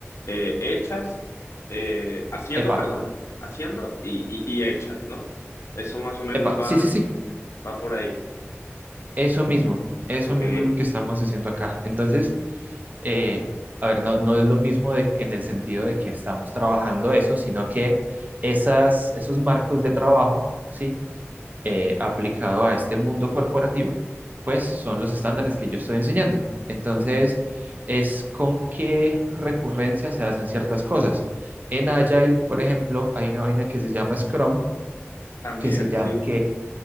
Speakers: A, on the left; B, on the right.
A: eh, hechas, eh, haciendo,
B: Epa,
A: perdón, haciendo y, y, y hechas, ¿no? Eso más o menos
B: Epa,
A: va,
B: sí, sí, sí,
A: va por ahí.
B: eso mismo, eso
A: Ok,
B: mismo es lo que estamos haciendo acá. Entonces, eh, a ver, no, no es lo mismo de, que- en el sentido de que estamos trabajando eso, sino que esas, esos marcos de trabajo, ¿sí? Eh, aplicado a este mundo corporativo, pues son los estándares que yo estoy enseñando. Entonces, es con qué recurrencia se hacen ciertas cosas. En Agile, por ejemplo, hay una vaina que se llama Scrum,
A: también,
B: que se llama,
A: sí.